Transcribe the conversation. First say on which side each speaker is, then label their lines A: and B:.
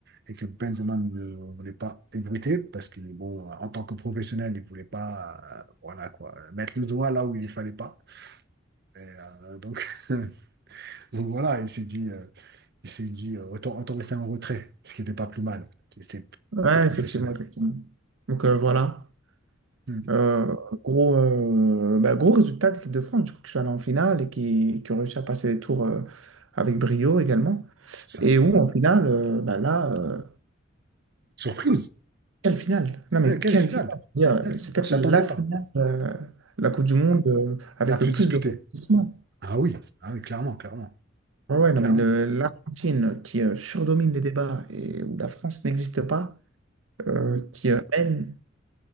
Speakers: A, on the right; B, on the right.
A: et que Benzema ne voulait pas ébruiter parce que, bon, euh, en tant que professionnel, il voulait pas, euh, voilà quoi, euh, mettre le doigt là où il ne fallait pas. Et, euh, donc, <laughs> donc voilà, il s'est dit, euh, il s'est dit euh, autant, autant rester en retrait, ce qui n'était pas plus mal. C'était
B: Ouais,
A: plus professionnel.
B: effectivement, effectivement.
A: quoi.
B: Donc, euh, voilà.
A: Hmm.
B: Euh, gros, euh, bah, gros résultat de l'équipe de France, du coup, qui sont allés en finale et qui, qui ont réussi à passer les tours euh, avec brio également.
A: C'est ça.
B: Et où, en finale, euh, bah, là, euh,
A: Surprise!
B: Quelle finale? Non, mais
A: Ouais, quelle
B: quelle
A: finale!
B: finale? Je veux
A: Quelle
B: dire,
A: finale.
B: C'est peut-être
A: On s'y attendait
B: la
A: pas.
B: finale euh, la Coupe du Monde euh, avec
A: La plus
B: le plus
A: disputée.
B: de rebondissements.
A: Ah oui, ah oui, clairement, clairement.
B: Ouais, ouais, non,
A: Clairement.
B: mais le- l'Argentine qui euh, surdomine les débats et où la France n'existe pas, euh,
A: Hmm.
B: qui euh, mène,